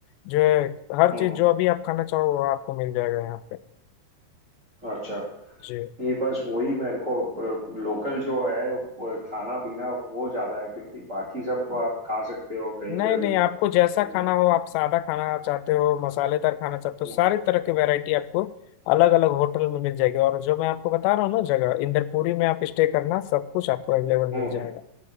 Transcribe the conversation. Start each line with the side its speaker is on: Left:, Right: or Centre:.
Left: जो है हर
Right: हम्म
Left: चीज
Right: हम्म,
Left: जो अभी आप खाना चाहो वो आपको मिल जाएगा यहाँ पे
Right: अच्छा
Left: जी
Right: नहीं बस वही मेरे को लोकल जो है वो खाना पीना वो ज्यादा है क्योंकि बाकी सब आप खा सकते हो कहीं
Left: नहीं
Right: पे
Left: नहीं
Right: भी
Left: आपको जैसा
Right: डेंगू।
Left: खाना हो आप सादा खाना चाहते हो मसालेदार खाना चाहते हो
Right: हम्म
Left: सारी
Right: हम्म
Left: तरह की वैरायटी आपको अलग अलग होटल में मिल जाएगी और जो मैं आपको बता रहा हूँ ना जगह इंदरपुरी में आप स्टे करना सब कुछ आपको अवेलेबल
Right: हम्म,
Left: मिल जाएगा